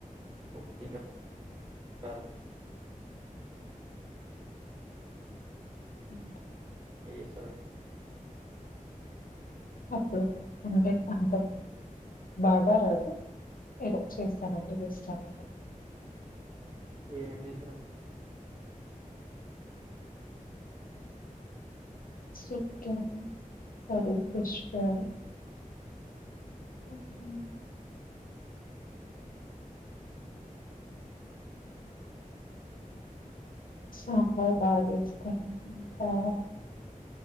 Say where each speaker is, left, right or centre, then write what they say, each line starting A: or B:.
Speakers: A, on the right; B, on the left.
A: కుకింగా రాదండి
B: హ్మ్
A: మీరేస్సరా
B: <unintelligible> బాగారాదు ఏదో చేస్తానండి <unintelligible>
A: ఏం చేసారండి
B: చికెన్ మరి ఫిష్ ఫ్రై హ్మ్ సాంబార్ బాగజేస్తానంది ఇంకా